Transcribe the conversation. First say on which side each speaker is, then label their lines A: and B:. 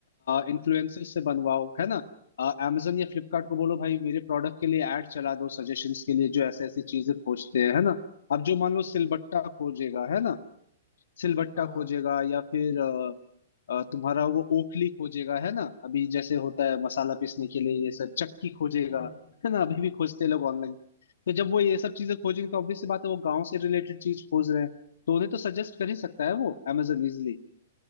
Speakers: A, on the left; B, on the left.
A: इन्फ्लुएंसर से बनवाओ है ना अमेजन या फ्लिपकार्ट को बोलो भाई मेरे प्रोडक्ट के लिए ऐड चला दो सजेशंस के लिए जो ऐसे ऐसी चीजें खोजते हैं है ना अब जो मान लो सिलबट्टा खोजेगा है ना सिलबट्टा
B: हाँ हाँ
A: खोजेगा या फिर अ, तुम्हारा वो ओखली खोजेगा है ना अभी जैसे होता है मसाला पीसने के लिए ये सब चक्की खोजेगा
B: हम्म हम्म, हम्म।
A: है ना अभी भी खोजते हैं लोग ऑनलाइन तो जब वो ये सब चीजें खोजेंगे तो ऑब्वियस सी बात है वो गांव से रिलेटेड चीज खोज रहे हैं तो उन्हें तो सजेस्ट कर ही सकता है वो अमेजोन इजिली